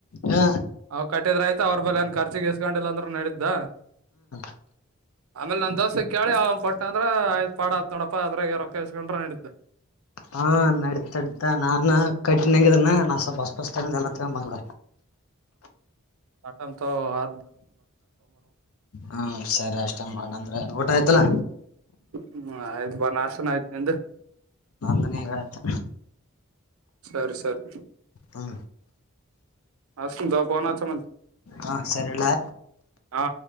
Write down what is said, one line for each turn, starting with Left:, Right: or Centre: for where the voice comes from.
Left: ಹ್ಮ
Right: ಅವ್ ಕಟ್ಟಿದ್ರೆ ಆ್ತ ಅವ್ರ ಬೇ ಏ ಖರ್ಚಿಗೆಗಿಸಸ್ಕೊಂಡಿಲ್ಲ ಅಂದ್ರರು ನಡಿದ್ದ
Left: <inaudible>
Right: ಆಮೇಲೆ ನನ್ ದೋಸೆ ಕೇಳಿ ಅವ್ ಕೊಟ್ಟ ಅಂದ್ರೆ ಆಯ್ತ್ ಪಾಡತ್ ನೋಡಪ್ಪ ಅ್ರಾಗ ರೊಕ್ಕಸ್ಕೊಂಡ್ರ ನಡಿದ್ದು
Left: ಹಾ ನಡತಾಡತಾ ನಾನು ಕಟ್ಟಿಂಗಿದ ನ ಸ್ವಲ್ ಬಸ್ ಬಸ್ ಎಲ್ಲ ಬ್ಬಿಡ
Right: ಆಟಾಮ ತ ಹ
Left: ಹಾ ಸರಿ ಅಷ್ಟ ಬಣ ಅಂದ್ರೆ ಊಟ ಆಯ್ತಲ್ಲ
Right: ಹ್ಮ ಆಯ್ತ್ ಬ ನ ಅಷ್ಟ ಆಯ್ತು ನಿ್ದ
Left: ಅ ಈಗ ಆಯ್ತು
Right: ಸರಿ ಸರಿ
Left: ಹಾ
Right: ಅಷ್ಟ ಕುಂತ ಪನ ಮ
Left: ಹಾಂ ಸರಿಲ್ಲ
Right: ಹಾ